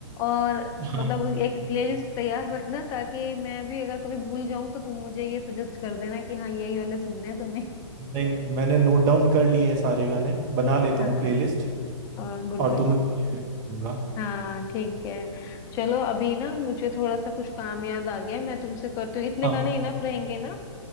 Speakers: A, on the left (about 20°); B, on the right (about 25°).
A: और
B: <laughs> हाँ
A: मतलब एक प्लेलिस्ट तैयार रखना ताकि मैं भी अगर कभी भूल जाऊं तो तुम मुझे ये सजेस्ट कर देना कि हाँ यही वाले सुनने हैं तुम्हें
B: नहीं नहीं, मैंने नोट डाउन कर लिए हैं सारे गाने बना लेता
A: <laughs> हाँ
B: हूँ प्लेलिस्ट
A: Good
B: और
A: good
B: तुम्हें भी share कर दूंगा
A: हाँ ठीक है चलो अभी ना मुझे थोड़ा सा कुछ काम याद आ गया है मैं तुमसे करती हूँ इतने
B: हाँ
A: गाने इनफ रहेंगे ना